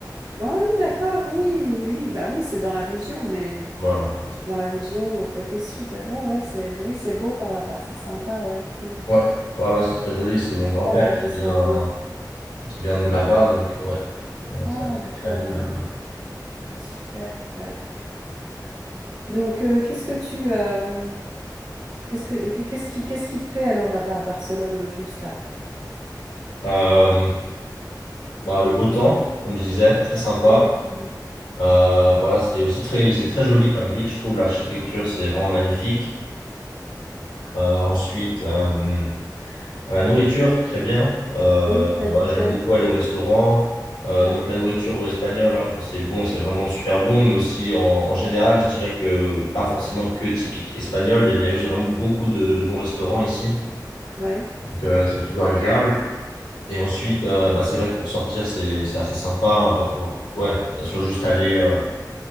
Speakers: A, on the right (about 70°); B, on the left (about 80°).
A: Ouais, d'accord, oui, oui. oui. Bah oui, c'est dans la région, mais
B: Voilà.
A: dans la région euh, côté sud. hein. Ouais, ouais, c'est, oui, c'est beau par là-bas, c'est sympa, ouais. Mm.
B: Ouais, ouais, ouais, c'est très joli. C'est mon grand-père
A: Ah, le lac
B: qui
A: de
B: vient,
A: Saint-Ouen.
B: qui vient de là-bas, donc euh, ouais, on a
A: Ah,
B: sa
A: d'accord,
B: famille là-bas.
A: ouais. C'est Super, ouais. Donc, euh, qu'est-ce que tu, euh, qu'est-ce que, qu'est-ce qui, qu'est-ce qui te plaît alors là-bas à Barcelone, au juste là?
B: Euh, bah, le beau temps, comme je disais, très sympa.
A: Ouais, le petit.
B: Euh, voilà, c'est aussi très, c'est très joli comme ville, je trouve. L'architecture, c'est vraiment magnifique. Euh, ensuite, euh, À La nourriture, très bien. Euh,
A: Oui, tu aimes.
B: voilà, j'aime
A: Ouais,
B: beaucoup aller au restaurant. Euh,
A: ouais,
B: donc la nourriture espagnole, hein, quand c'est bon, c'est vraiment super bon, mais aussi en, en général, je dirais que pas forcément que typique espagnol. Il y a il y a juste vraiment beaucoup de, de bons restaurants ici.
A: ouais,
B: Donc euh, c'est toujours agréable. Et ensuite,
A: d'accord.
B: euh, bah, c'est vrai que pour sortir, c'est c'est assez sympa. hein, pas for- ouais, que ce soit juste aller euh,